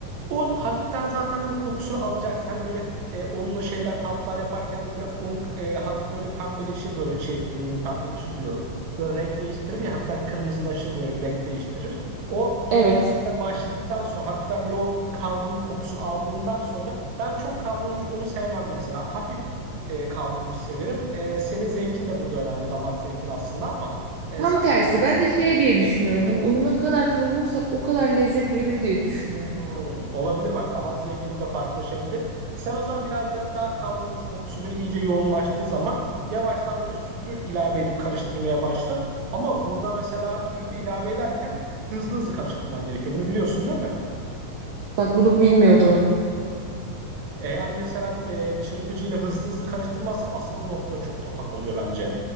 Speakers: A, on the right; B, on the right.
A: Un hafiften zaten böyle kokusunu alacaksın. Hani böyle e, unlu şeyler tatlar yaparken de böyle un e, hafif böyle pembeleşir böyle şey hmm, pembeleşir diyorum. Böyle renk değiştirir ya hafiften kırmızılaşır böyle bir renk değiştirir. O renk
B: Evet.
A: başladıktan sonra hafiften böyle o kavrulu kokusunu aldığından sonra ben çok kavrulmuş unu sevmem mesela. Hafif e, kavrulmuş severim. E, senin zevkin de burada önemli damak zevkin aslında ama e,
B: Tam
A: sen
B: tersi. Ben de şey diye düşünüyorum. Hani unu ne kadar kavurursak o kadar lezzet verir diye düşünüyorum.
A: Hmm, olabilir bak damak zevki burada farklılaşabilir. Sen o zaman biraz da daha kavrulmuş kokusu böyle iyice yoğunlaştığı zaman yavaştan böyle sütü ilave edip karıştırmaya başla. Ama burada mesela sütü ilave ederken hızlı hızlı karıştırman gerekiyor. Bunu biliyorsun değil mi?
B: Bak bunu bilmiyordum.
A: Eğer mesela e, çırpıcıyla hızlı hızlı karıştırmazsan asıl bu noktada çok topak oluyor bence.